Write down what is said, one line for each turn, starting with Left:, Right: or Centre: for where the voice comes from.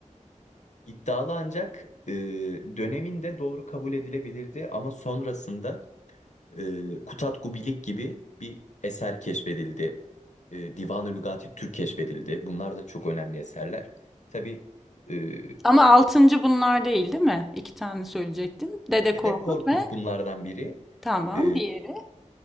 Left: İddialı ancak e, döneminde doğru kabul edilebilirdi ama sonrasında e, Kutat Gubilik gibi bir eser keşfedildi. E, Divan-ı Lügati Türk keşfedildi. Bunlar da çok önemli eserler. Tabii e,
Centre: Ama altıncı bunlar değil, değil mi? İki tane söyleyecektim. Dede
Left: Dede
Centre: Korkut
Left: Korkut
Centre: ve
Left: bunlardan biri.
Centre: tamam
Left: E,
Centre: diğeri.